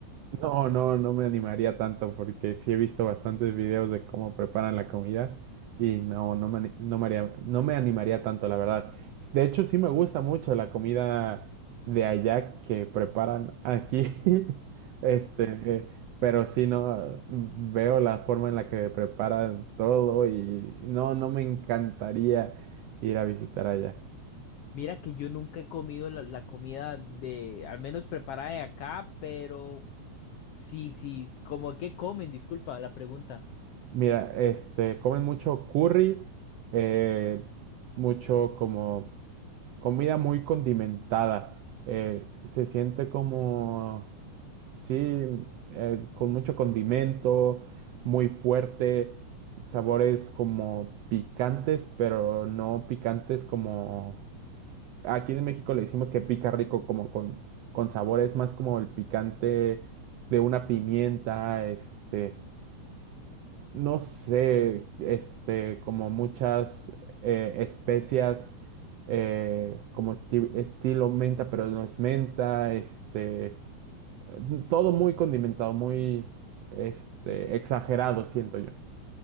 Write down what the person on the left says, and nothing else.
Mira que yo nunca he comido la, la comida de, al menos preparada de acá, pero sí, sí, como que comen, disculpa la pregunta.